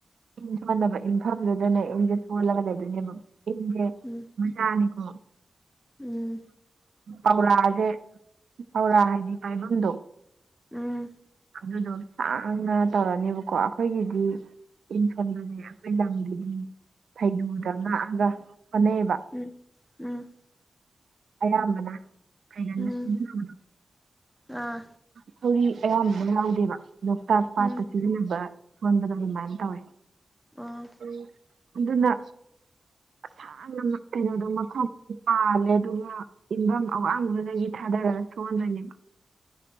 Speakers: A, on the right; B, in the centre.
A: ꯏꯟꯁꯣꯟꯅꯕ ꯏꯟꯐꯝꯗꯨꯗꯅꯦ ꯏꯪꯁꯦ ꯁꯣꯜꯂꯒ ꯂꯩꯗꯣꯏꯅꯦꯕ ꯏꯟꯁꯦ
B: ꯎꯝ
A: ꯃꯆꯥꯥꯅꯤꯀꯣ
B: ꯎꯝ
A: ꯄꯧꯔꯥꯁꯦ ꯄꯧꯔꯥ ꯍꯥꯏꯗꯤ ꯄꯥꯏꯕꯝꯗꯣ
B: ꯎꯝ
A: ꯑꯗꯨꯗꯣ ꯁꯥꯡꯅ ꯇꯧꯔꯅꯤꯕꯀꯣ ꯑꯩꯈꯣꯏꯒꯤꯗꯤ ꯏꯟ ꯁꯣꯟꯕꯁꯦ ꯑꯩꯈꯣꯏ ꯂꯝꯒꯤꯗꯤ ꯐꯩꯔꯨꯗ ꯉꯥꯛꯑꯒ ꯁꯣꯟꯅꯩꯑꯕ
B: ꯎꯝ ꯎꯝ
A: ꯑꯌꯥꯝꯕꯅ ꯐꯩꯒꯟꯅ
B: ꯎꯝ
A: ꯁꯤꯖꯤꯟꯅꯕꯗꯣ
B: ꯑꯥ
A: ꯊꯧꯔꯤ ꯑꯌꯥꯝꯕꯅ ꯌꯥꯎꯗꯦꯕ ꯂꯣꯛꯇꯥꯛ ꯄꯥꯠꯇ
B: ꯎꯝ
A: ꯁꯤꯖꯤꯟꯅꯕ ꯁꯣꯟꯕꯗꯣ ꯑꯗꯨꯃꯥꯏꯅ ꯇꯧꯋꯦ
B: ꯑꯣ
A: ꯎꯝ ꯑꯗꯨꯅ ꯑꯁꯥꯡ ꯑꯥ ꯀꯩꯅꯣꯗꯣ ꯃꯈꯣꯛ ꯄꯥꯜꯂꯦ ꯑꯗꯨꯒ ꯏꯐꯝ ꯑꯋꯥꯡꯕꯗꯨꯗꯒꯤ ꯊꯥꯗꯔꯒ ꯁꯣꯟꯗꯣꯏꯅꯦꯕ